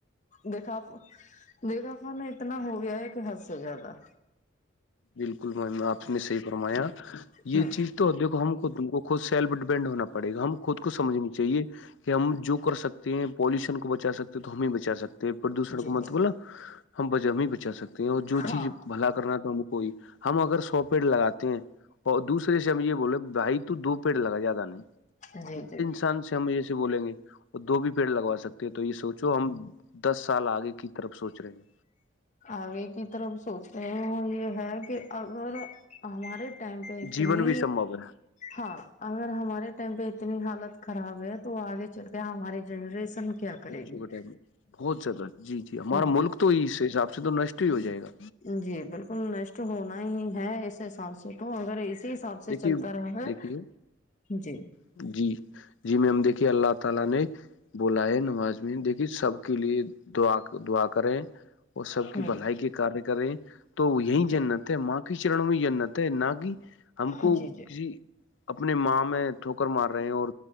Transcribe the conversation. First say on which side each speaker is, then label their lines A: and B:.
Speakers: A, on the left (about 40°); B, on the left (about 70°).
A: دیکھاپ دیکھاپا میں اتنا ہو گیا ہے کہ حد سے زیادہ
B: بالکل میں آپ نے صحیح فرمایا یہ
A: ہوں
B: چیز تو دیکو ہم کو ت کو خود سیلف ڈیپینڈ ہونا پڑے گا ہم خود کومجھنی چاہیے کہ ہم جو کر سکتے ہیں پالوشن کو بچا سکتے ہیں تو ہم ہی بچا سکتے ہیں پردوشن
A: جی
B: کو مطب
A: جی
B: ہم ہم ہی بچا سکتے ہیں اور جو
A: ہاں
B: چیز بھلا کرنا تو ہم کو ہم اگر سو پیڑ لگاتے ہیں اور دوسرے سے ہم یہ بولے بھائی تو دو پیڑ لگا زیادہ نہیں
A: جی جی
B: ان سے ہم جے بولیں گے اور دو بھی پیڑ لگوا سکتے ہیں تو یہ سوچو ہم دس سال آگے کی طرف سوچ رہے ہیں
A: آگے کی طرف سوچتے ہیں اور یہ ہے کہ اگر ہمارے ٹائم اتنی
B: جیون بھی سمبھو ہے
A: ہاں اگر ہمارے ٹائم پہ اتنی حالت خراب ہے تو آگے چل کے ہماراری جنریشن کیا کرے
B: بچوں
A: گی
B: کے ٹائم میں بہت زیادہ جی جی ہمارا
A: ہوں
B: ملک تو اس حساب سے تو نشٹ ہی ہو جائے گا
A: جی بالکل نشٹ ہونا ہی ہے اس حساب سے تو اگر اس حساب سے
B: دیکھیے
A: چلتا رہا ہے
B: دیکھیے
A: جی
B: <inaudible> بولا ہے نواز میں دیکھیے سب کے لیے دعا دعا کریں وہ سب کی
A: ہوں
B: بھلائی کے کاریہ کرے تو یہی جنت
A: جی
B: ماں کے چرن میں جنت ہے نہ کہ ہم کو
A: جی
B: کسی اپنی ماں میں ٹوکر مار رہے ہیں اور